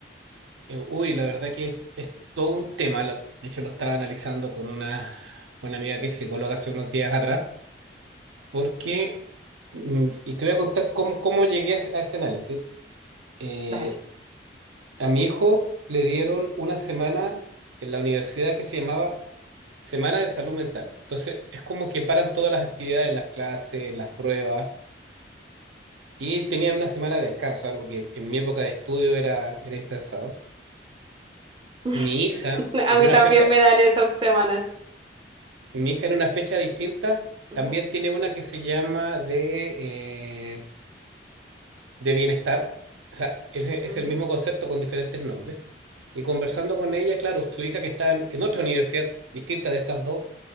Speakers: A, on the right; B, on the right.
A: Eh, uy, la verdad que es, es todo un tema. la- de hecho, lo estaba analizando con una, una amiga que es psicóloga hace unos días atrás, porque, mm, y te voy a contar cómo, cómo llegué a, ese a ese análisis. Eh,
B: Dale.
A: a mi hijo le dieron una semana en la universidad que se llamaba Semana de Salud Mental. Entonces, es como que paran todas las actividades, las clases, las pruebas, y tenían una semana de descanso, algo que en mi época de estudio era, era impensado.
B: <laughs>
A: Mi hija,
B: A
A: en
B: mí
A: una
B: también
A: fecha
B: me dan esas semanas.
A: Mi hija en una fecha distinta también
B: Ujú,
A: tiene una que se llama de, eh, de bienestar. O sea, es, es
B: ujú.
A: el mismo concepto con diferentes nombres. Y conversando con ella, claro, su hija que está en, en otra universidad distinta de estas dos,